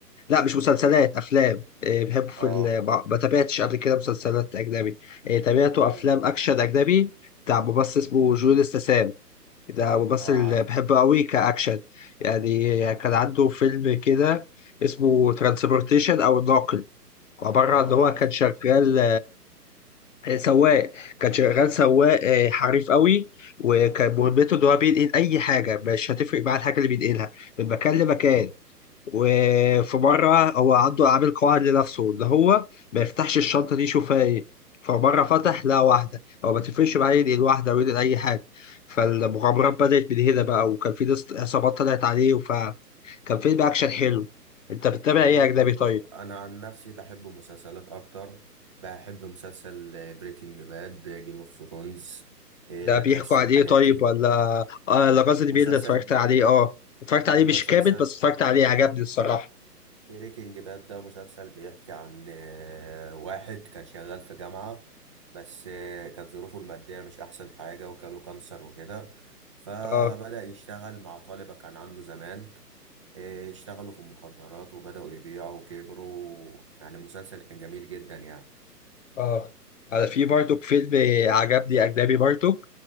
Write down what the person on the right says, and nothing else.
اه
مم.
اه عارف
اه
عارف
جميل
برضه
انا عن نفسي بحب مسلسلات اكتر بحب مسلسل بريكنج باد جيم اوف ثرونز لا
كاسا
الحاجات
دي
مسلسل
ومسلسل
بريكنج باد ده مسلسل بيحكي عن آه، واحد كان شغال في جامعة بس آه، كانت ظروفه المادية مش احسن حاجة وكان له كانسر وكده فبدأ
يشتغل مع طالبة كان عنده زمان آه، اشتغلوا في المخدرات وبدأوا يبيعوا وكبروا يعني المسلسل كان جميل جدا يعني